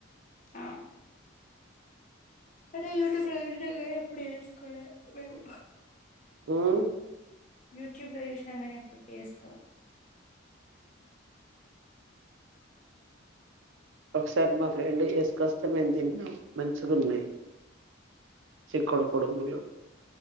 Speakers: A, on the left; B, on the right.
A: అ అంటే యూట్యూబ్ లో చూసిన గద ఎప్పుడు చేసుకోలా మేము
B: మ్మ్
A: యూట్యూబ్ లో చూసినంగానే ఎప్పుడు చేేసుకోల
B: ఒకసారి మా ఫ్రెండ్ తీస్కస్తే మేం తిన్న మంచుగున్నాయి చకుడు కుడుములు